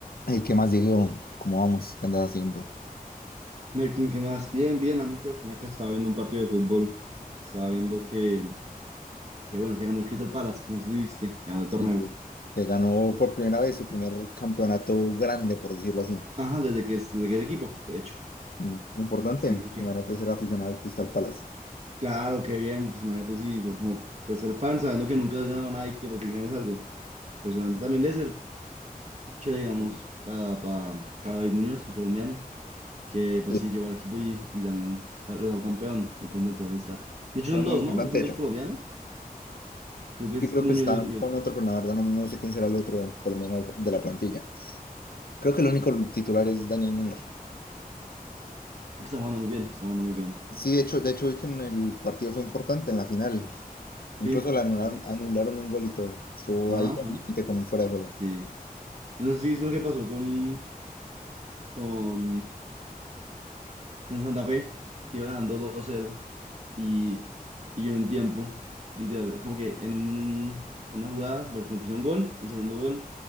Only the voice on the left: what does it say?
Ay, ¿qué más, Diego? ¿Cómo vamos? ¿Qué andas haciendo?
Sí, güey. Se ganó por primera vez su primer campeonato grande, por decirlo así.
Mm, Importante.
Imagínate ser aficionado al Crystal Palace.
Sí,
Sí,
fue
muy
importante,
de
hecho.
Y creo
que está
con otro, pero la verdad no, no sé quién será el otro, por lo menos de la plantilla. Creo que el único titular es Daniel Muñoz.
Sí, de hecho, de hecho vi que en el partido fue importante, en la final. Incluso
le anularon,
anularon un gol y todo. Estuvo
ahí
al límite con un fuera de juego.